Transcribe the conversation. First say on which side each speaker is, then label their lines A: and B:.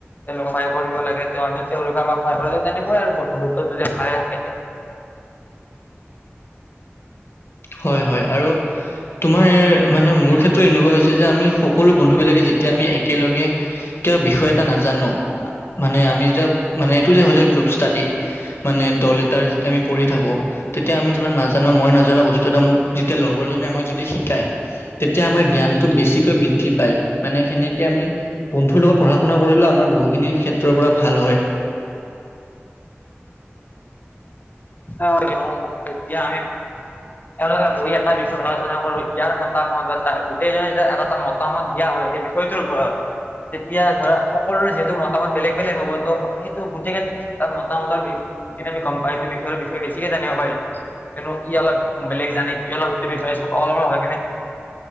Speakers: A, on the left; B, on the left.
A: তেওঁলোকক সহায় কৰিব লাগে, তেওঁলোকে আমাক সহায় কৰে, তেনেকুৱাই আৰু বন্ধুত <inaudible>
B: হয় হয় আৰু তোমাৰ মানে মোৰ ক্ষেত্ৰত এনেকুৱা হৈছে যে আমি সকলো বন্ধুবিলাকে যেতিয়া আমি একেলগে কিবা বিষয় এটা নাজানো মানে আমি যেতিয়া মানে এইটো যে হয় যে গ্ৰুপ ষ্টাডি মানে দল এটাৰ যেতিয়া আমি পঢ়ি থাকো তেতিয়া আমি ধৰা নাজানা মই নাজানা বস্তু টো এটা মোক যেতিয়া লগৰজনে আমাক যদি শিকায় তেতিয়া আমাৰ জ্ঞানটো বেছিকৈ বৃদ্ধি পায়, মানে সেনেকে আমি বন্ধুৰ লগত পঢ়া শুনা কৰিলেও আমাৰ বহুখিনি ক্ষেত্ৰৰ পৰা ভাল হয়।
A: <inaudible> তেতিয়া আমি এওঁলোকে বহি এটা বিষয়ত আলোচনা কৰো ইয়াৰ মতামত বা গোটেইজনে যে এটা এটা মতামত দিয়া হয় সেই বিষয় ছয়টো ওৰত তেতিয়া ধৰা সকলোৰে যিহেতু মতামত বেলেগ বেলেগ হ'ব ত সেইটো গোটেইকে তাৰ মতামত আমি গম পা এইটো বিষয়ে বেছিকে জানিব পাৰিম। কিন্তু ই অলপ বেলেগ জানে সি অলপ সেইটো বিষয়ে অলপ হৈ কিনে